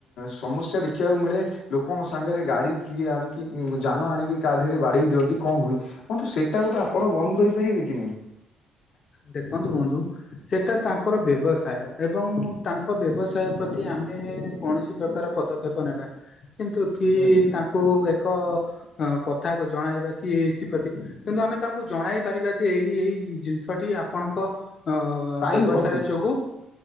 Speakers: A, on the left (about 85°); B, on the left (about 35°).
A: ସମସ୍ୟା ଦେଖିବାକୁ ମିଳେ, ଲୋକଙ୍କ ସାଙ୍ଗରେ ଗାଡି କିଏ ଆଣି କି କିଏ ଯାନ ଆଣିକି କାହା ଦେହରେ ବାଡ଼େଇ ଦିଅନ୍ତି କଣ ହୁଏ, ବନ୍ଧୁ ସେଇଟାକୁ ତ ଆପଣ ବନ୍ଦ କରିପାରିବେ କି ନାହିଁ?
B: ଦେଖନ୍ତୁ ବନ୍ଧୁ ସେଟା ତାଙ୍କର ବ୍ୟବସାୟ ଏବଂ ତାଙ୍କ ବ୍ୟବସାୟ ପ୍ରତି ଆମେ ଆମେ କୌଣସି ପ୍ରକାର ପଦକ୍ଷେପ ନେବା କିନ୍ତୁ କି
A: ଆଜ୍ଞା
B: ତାଙ୍କୁ ଏକ ଅ କଥା ଜଣାଇବା କି ଏ ଏଥିପ୍ରତି କିନ୍ତୁ ଆମେ ତାଙ୍କୁ ଜଣାଇ ପାରିବା ଯେ ଏଇ ଏଇ ରିଜିନ ସଟି ଆପଣଙ୍କ ଅ
A: ପାଇଁ
B: ବ୍ୟବସାୟ
A: ଘଟୁଛି।
B: ଯୋଗୁ